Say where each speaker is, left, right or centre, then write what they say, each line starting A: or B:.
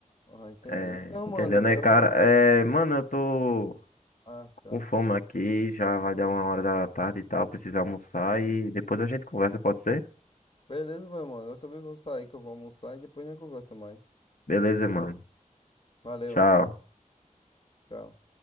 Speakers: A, on the left (about 45°); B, on the left (about 80°).
A: Ah, entendi.
B: É,
A: Então,
B: entendeu,
A: mano,
B: né,
A: eu
B: cara?
A: vou.
B: É, mano, eu tô.
A: Ah, tá.
B: com fome aqui, já vai dar uma hora da tarde e tal, precisa almoçar e depois a gente conversa, pode ser?
A: Beleza, meu mano. Eu também vou sair, que eu vou almoçar e depois a gente conversa mais.
B: Beleza, mano.
A: Valeu.
B: Tchau.
A: Tchau.